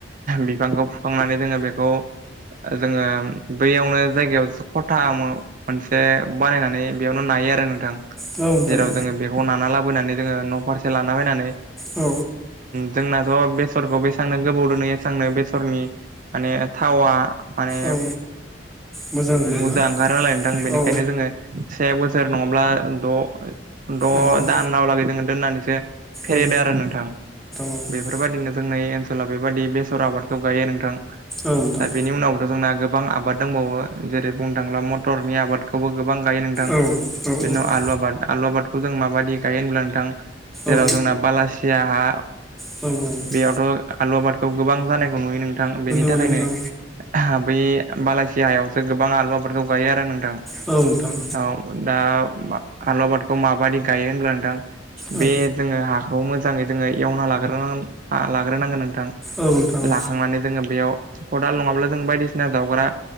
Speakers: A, on the right; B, in the centre.
A: बिफांखौ फुखांनानै जोङो बेखौ जोङो बैयावनो जायगायाव खथा मोनसे बानायनानै बेयावनो नायो आरो नोंथां
B: नोंथां
A: जेराव जोङो बे नाना लाबोनानै जोङो न'फारसे लाना बैनानै
B: औ
A: जोंनाथ' बेसरखौ बेसांनो गोबाव दोनो एसेबांनो बेसरनि माने थावा माने
B: औ मोजां जायो
A: बुरजा
B: आरोना
A: ओंखारोनालाय नोंथां बेनिखायनो
B: औ
A: जोङो से बोसोर नङाब्ला द -द'
B: ए औ
A: दानावलागै जोङो दोननानैसो फेरेदो
B: औ
A: आरो नोंथां
B: औ
A: बेफोरबायदिनो जोंनि ओनसोलााव बेबायदि बेसर आबादखौ गायो नोंथां।
B: औ नोंथां
A: दा बेनि उनावथ' जोंना गोबां आबाद दंबावो जेरै बुंनो थाङोब्ला मटरनि आबादखौबो गोबां गायो नोंथां
B: औ औ
A: बिनि उनाव आलु आबाद आलु आबादखौ जों माबायदि गायो होनब्ला नोंथां जेराव
B: औ
A: जोंना बालासिया हा
B: नुनो
A: बेयावथ' आलु आबादखौ गोबां जानाय खौ नुयो नोंथां बेनि
B: मोनो
A: थाखायनो
B: नोंथां
A: बै बालासिया हायावसो गोबां आलु आबादफोरखौ गायो आरो नोंथां।
B: औ नोंथां
A: औ दा आलु आबादखौ माबायदि गायो होनब्ला नोंथां
B: औ
A: बे जोङो हाखौ मोजाङै जोङो एवना लाग्रोनांगोन नोंथां
B: औ नोंथां
A: थांनानै जोङो बेयाव खदाल नङाब्ला जों बायदिसिना जावग्रा